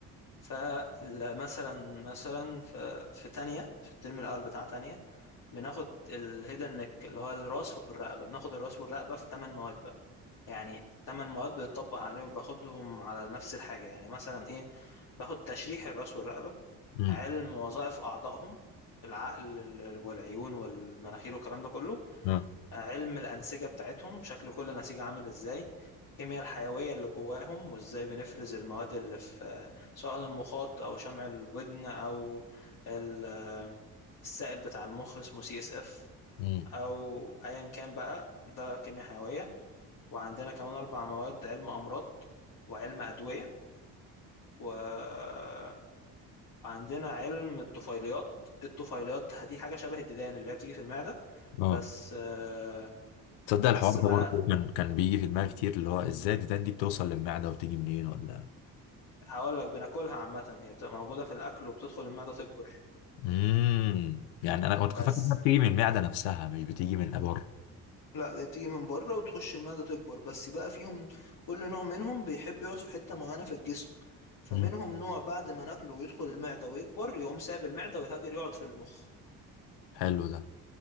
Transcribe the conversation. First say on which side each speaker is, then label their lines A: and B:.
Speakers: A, on the left; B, on the left.
A: فمثلا مثلا في في تانية في الترم الاول بتاع تانية بناخد الهيدن نيك اللي هو الراس والرقبه بناخد الراس والرقبه في تمن مواد بقى يعني تمن مواد بتطبق عليهم باخدهم على نفس الحاجه يعني مثلا ايه باخد تشريح الراس والرقبه
B: امم
A: علم وظائف اعضائهم العقل ال- والعيون والمناخير والكلام ده كله
B: اه
A: علم الأنسجة بتاعتهم شكل كل نسيج عامل ازاي الكيمياء الحيوية اللي جواهم وازاي بنفرز المواد اللي في سواء المخاط أو شمع الودن أو ال- السائل بتاع المخ اسمه سي اس اف
B: امم
A: أو أيا كان بقى ده كيمياء حيوية وعندنا كمان أربع مواد علم أمراض وعلم أدوية وعندنا علم الطفيليات الطفيليات دي حاجة شبه الديدان اللي هي بتيجي في المعدة
B: اه
A: بس آه،
B: تصدق
A: بس
B: الحوار ده
A: بقى
B: برضه كان كان بيجي في دماغي كتير اللي هو إزاي الديدان دي بتوصل للمعدة وبتيجي منين ولا
A: هقول لك بناكلها عامة هي بتبقى موجودة في الأكل وبتدخل المعدة تكبر
B: امم يعني أنا كنت
A: بس
B: فاكر إنها بتيجي من المعدة نفسها مش بتيجي من الأبر
A: لا ده بتيجي من بره وتخش المعدة تكبر بس بقى فيهم كل نوع منهم بيحب يقعد في حتة معينة في الجسم فمنهم
B: امم
A: نوع بعد ما ناكله ويدخل المعدة ويكبر يقوم سايب المعدة ويهاجر يقعد في المخ
B: حلو ده